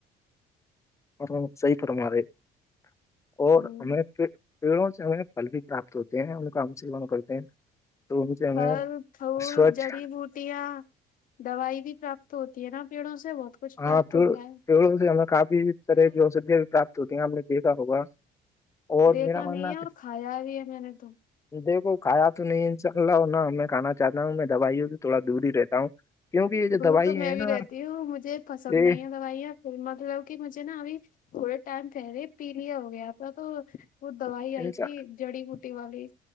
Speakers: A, on the left; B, on the left.
A: اور صحی فرمارے <unintelligible> اور
B: ہوں
A: ہمیں پیڑوں سے ہمیں پھل بھی پراپت ہوتے ہیں ان کا ہم سےون کرتے ہیں تو ان سے ہمیں
B: پل پول
A: سوچھ
B: جڑی بوٹیا دوائی بھی پراپت تو ہوتی ہے نا پیڑوں سے بہت کچھ
A: ہاں
B: پراپت
A: پ
B: ہوتا
A: پڑوں سے ہمیں کافی
B: ہے
A: طرح کی ادیا بھی پراپت ہوتی ہیں آپ نے دیکھا ہوگا اور
B: دیکھا
A: میرا ماننا
B: نہیں ہے اور کھایا بھی ہے میں نے تو
A: دیکھو کھایا تو نہیں انساء اللہ ہو ن میں کانا چاہتا ہوں میں دوائیوں بھی تھوڑا دور ہی رہتا ہوں کیونکہ یہ جو
B: دور
A: دوائی
B: تو میں
A: ہے
B: بھی
A: نا
B: رہتی ہوں مجھے پسند
A: یہ
B: نہیں ہے دوائیاں پ مطلب کہ مجھے نا ابھی تھوڑے ٹائم کہہ رہے پی لیا ہو گیا تھا تو <unintelligible> وہ دوائی آئی
A: انسان
B: تھی جڑی بوٹی والی